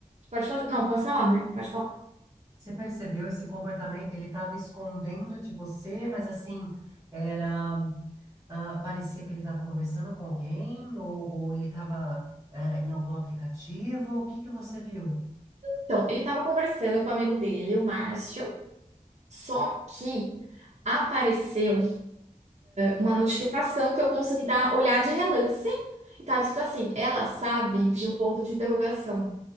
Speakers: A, on the right; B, on the right.
A: pode, con- não, pode falar, né? Pode falar.
B: você percebeu esse comportamento? Ele tava escondendo de você, mas assim, era Ah, parecia que ele estava conversando com alguém ou, ou ele estava em algum aplicativo. O que que você viu?
A: Então, ele tava conversando com o amigo dele, o Márcio, só que apareceu uma notificação que eu consegui dar olhar de relance e tava escrito assim, ela sabe de um ponto de interrogação.